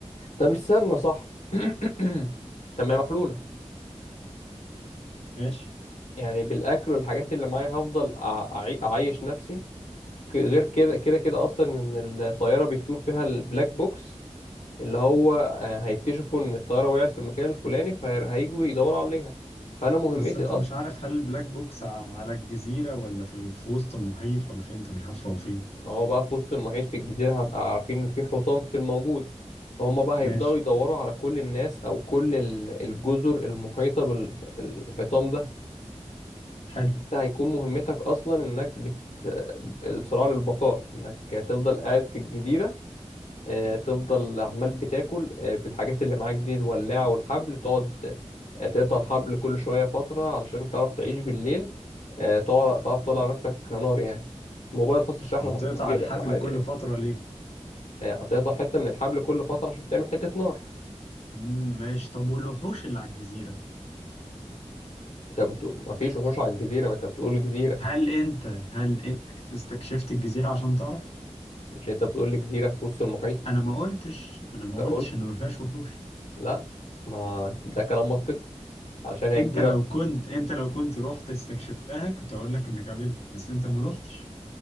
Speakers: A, on the left (about 80°); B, on the left (about 60°).
A: طب استنى صح <clears throat> طب ما هي محلولة
B: ماشي
A: يعني بالاكل والحاجات اللي معايا هفضل أع- أعي- اعيش نفسي ك- غير كده كده كده اصلا ان الطيارة بيطير فيها البلاك بوكس اللي هو آه، هيكتشفوا ان الطيارة وقعت في المكان الفلاني فهيجوا يدوروا عليها فانا مهمتي
B: بس انت مش عارف هل البلاك بوكس ع- على الجزيرة ولا في ال- في وسط المحيط ولا فين انت مش عارف هو فين
A: ما هو بقى في وسط المعيش في الجزيرة هبقى عارفين إن في حصان في الموجود فهم بقى هيبدأوا
B: ماشي
A: يدوروا على كل الناس أو كل ال- الجزر المحيطة بالحيطان ده
B: حلو
A: ده هيكون مهمتك أصلا إنك بت... الصراع للبقاء إنك تفضل قاعد في الجزيرة آه، تفضل عمال بتاكل آه، بالحاجات اللي معاك دي الولاعة والحبل تقعد آه، تقطع الحبل كل شوية فترة علشان تعرف تعيش بالليل آه، تعرف تعرف تولع نفسك نار يعني موبايل فصل الشحن
B: هتقطع
A: تحطه في جيبك
B: الحبل
A: عادي
B: كل
A: يعني.
B: فترة ليه
A: آه، هتقطع حتة من الحبل كل فترة عشان تعمل حتة نار
B: امم ماشي طب والوحوش اللي على الجزيرة
A: انت بتقول مفيش وحوش على الجزيرة ما انت بتقول جزيرة
B: هل انت هل انت استكشفت الجزيرة عشان تعرف
A: مش انت بتقول لي جزيرة في وسط المحيط
B: انا ما قلتش انا
A: انت
B: ما قلتش
A: قلت
B: ان ما فيهاش وحوش
A: لا ما ده كلام منطقي علشان هي
B: انت
A: جزيرة
B: لو كنت انت لو كنت رحت استكشفتها كنت اقول لك انك قابلت بس انت ما رحتش